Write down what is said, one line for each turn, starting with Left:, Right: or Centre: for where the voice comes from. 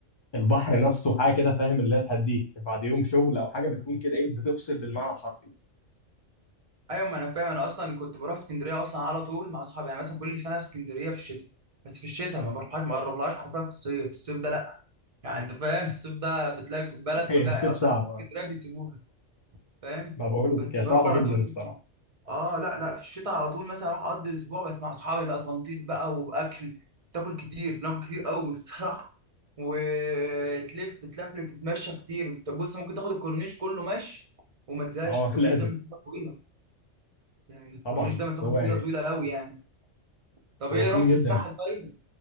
Left: البحر نفسه حاجه كده فاهم اللي هتهديك بعد يوم شغل او حاجه بتكون كده ايه بتفصل بالمعنى الحرفي
Right: ايوه ما انا فاهم انا اصلا كنت بروح اسكندريه اصلا على طول مع اصحابي يعني مثلا كل سنه في اسكندريه في الشتاء بس في الشتاء ما بروحهاش ما بقربلهاش حرفيا في الصيف الصيف ده لا يعني انت فاهم الصيف ده بتلاقي البلد
Left: <laughs> هي
Right: كلها
Left: الصيف
Right: اصلا
Left: صعبه
Right: اهل اسكندريه بيسيبوها فاهم
Left: ما بقول لك
Right: بس بروح
Left: هي صعبه
Right: على
Left: جدا
Right: طول
Left: الصراحه
Right: في الشتاء اه لا لا في الشتاء على طول مثلا اروح اقضي اسبوع بس مع اصحابي بقى تنطيط بقى واكل تاكل كتير بناكل كتير قوي بصراحه <laughs> وتلف تلفلف تتمشى كتير طب بص ممكن تاخد الكورنيش كله ماشي وما تزهقش
Left: اه
Right: الكورنيش
Left: <laughs> لازم
Right: ده مسافه طويله يعني الكورنيش
Left: طبعا
Right: ده
Left: بس
Right: مسافة
Left: هو
Right: طويلة
Left: يعني
Right: طويلة قوي يعني طب
Left: هو
Right: ايه
Left: طول
Right: رحت
Left: جدا
Right: الساحل طيب